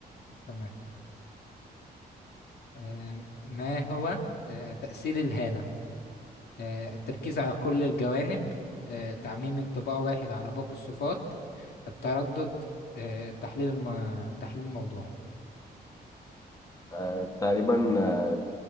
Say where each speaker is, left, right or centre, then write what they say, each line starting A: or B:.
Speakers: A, on the left; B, on the left.
A: تمام آه، ما هو آه، تأثير الهالة آه، التركيز على كل الجوانب آه، تعميم انطباع واحد على باقي الصفات التردد آه، تحليل الم... تحليل موضوعي
B: آه، تقريبا آه،